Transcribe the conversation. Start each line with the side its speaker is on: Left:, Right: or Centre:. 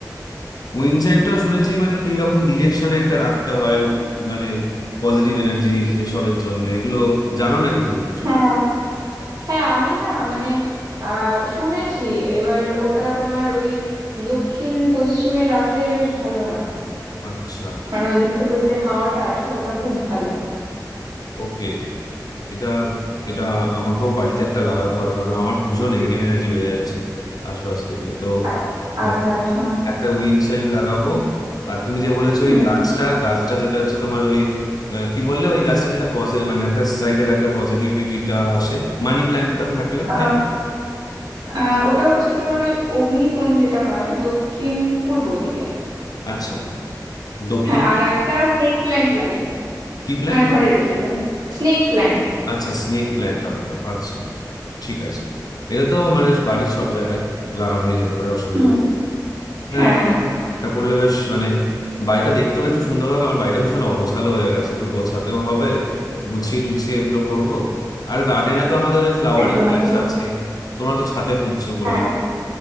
Left: উইন্ড চাইমটাও শুনেছি মানে কি রকম ডিরেকশনে একটা রাখতে হয় মানে পজিটিভ এনার্জি এসবের জন্য এগুলো জানো নাকি তুমি কিছু
Right: হ্যাঁ হ্যাঁ আমি না মানে আহ শুনেছি এবার ওটা তোমার ওই দক্ষিণ পশ্চিমে রাখলে বেশ ভালো হয়
Left: আচ্ছা
Right: মানে ওই দিক থেকে ওই যে হাওয়াটা আসে ওটা খুব ভালো
Left: ওকে এটা এটা আমাকেও বাড়িতে একটা লাগাতে হবে কারণ আমার ভীষণ নেগেটিভ এনার্জি বেড়ে যাচ্ছে আশপাশ থেকে তো
Right: আর-
Left: হ্যাঁ,
Right: আচ্ছা আচ্ছা
Left: একটা উইন্ড চাইম লাগাবো আর তুমি যে বলেছো
Right: হুম
Left: ওই গাছটা গাছটা যেটা হচ্ছে তোমার ওই আহ, কি বললে ওই গাছটা যেটা পজিটিভ মানে একটা সাইডে রাখলে পজিটিভিটিটা আসে মানি প্ল্যান্টটা থাকলে
Right: আহ,
Left: তাই না?
Right: আহ, ওটা হচ্ছে তোমার ওই অগ্নিকোণ যেটা হয় দক্ষিণ পূর্ব দিকে
Left: আচ্ছা দক্ষিণ
Right: হ্যাঁ আর একটা স্নেক প্ল্যান্ট লাগিয়ে নিও
Left: কি প্ল্যান্ট
Right: মানে ঘরে রেখে দিও স্নেক প্ল্যান্ট
Left: আচ্ছা স্নেক প্ল্যান্ট লাগাবো আচ্ছা ঠিক আছে এটা তো মানে বাড়ির সব জায়গায় লাগানোই যেতে পারে অসুবিধা
Right: হুম
Left: নেই। হ্যাঁ
Right: হ্যাঁ
Left: এটা
Right: হ্যাঁ
Left: এটা করলে বেশ মানে বাড়িটা দেখতেও একটু সুন্দর হবে আমার বাড়িটা ভীষণ অগোছালো হয়ে গেছে একটু গোছাতেও হবে গুছিয়ে টুছিয়ে এগুলো করব আর গার্ডেনে তো আমাদের ওই ফ্লাওয়ারিং
Right: একদম
Left: প্ল্যান্টস
Right: একদম
Left: আছে তোমরা তো ছাদে পুঁতছো বললে
Right: হ্যাঁ